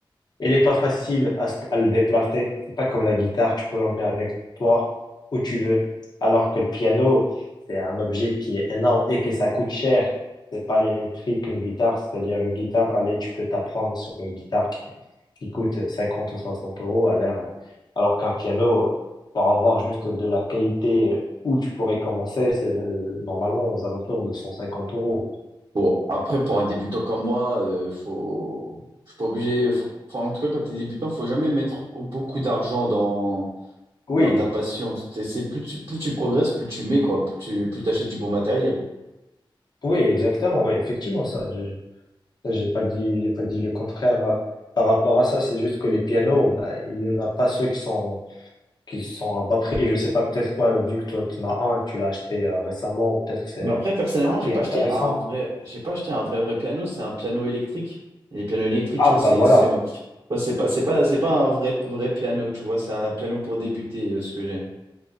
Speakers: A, on the left; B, on the right.
A: elle n'est pas facile à, se- à le déplacer. C'est pas comme la guitare, tu peux l'emmener avec toi où tu veux. Alors que le piano, c'est un objet qui est énorme et que ça coûte cher. C'est pas les mêmes prix qu'une guitare. C'est-à-dire une guitare, allez, tu peux t'apprendre sur une guitare qui, qui coûte 50 ou 60 euros à l'heure. Alors qu'un piano, pour avoir juste de la qualité où tu pourrais commencer, c'est euh, normalement aux alentours de 150 euros.
B: Bon, après, pour un débutant comme moi, euh, faut... je suis pas obligé. faut- Enfin, en tout cas, quand tu es débutant, faut jamais mettre beaucoup d'argent dans
A: Oui,
B: dans ta passion. C'est c'est plus tu, plus tu progresses, plus tu mets, quoi. Plus tu plus t'achètes du bon matériel.
A: oui, exactement, oui, effectivement, ça. je- Ça, J'ai pas dit, j'ai pas dit le contraire euh, par rapport à ça. C'est juste que les pianos, bah, il n'y en a pas ceux qui sont, qui sont à bas prix. Je sais pas, peut-être toi, vu que toi, tu en as un, tu l'as acheté euh, récemment, peut-être que c'est
B: Mais après, personnellement,
A: un prix
B: j'ai pas
A: intéressant.
B: acheté un vrai, j'ai pas acheté un vrai, vrai piano. C'est un piano électrique. Et les pianos électriques,
A: Ah,
B: tu vois, c'est,
A: bah voilà.
B: c'est moi. Ouais, C'est pas, c'est pas, c'est pas un vrai, vrai piano, tu vois. C'est un piano pour débuter, euh, ce que j'ai.